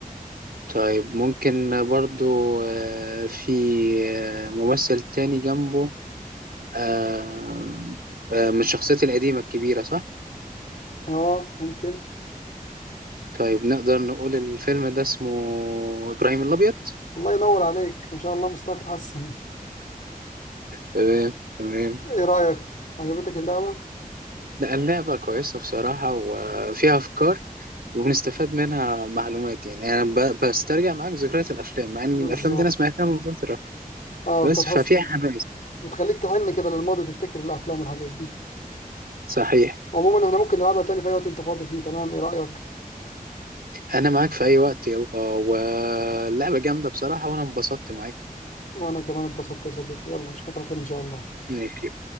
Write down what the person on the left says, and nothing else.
اه ممكن
الله ينور عليك ما شاء الله مستواك اتحسن
ايه رايك عجبتك اللعبه
بالظبط
اه
بتتحس
بتخليك تهن كده للماضي تفتكر الافلام والحاجات دي
عموما احنا ممكن نلعبها تاني في اي وقت انت فاضي فيه تمام ايه رايك
وانا كمان اتبسطت يا صديقي يلا اشوفك على خير ان شاء الله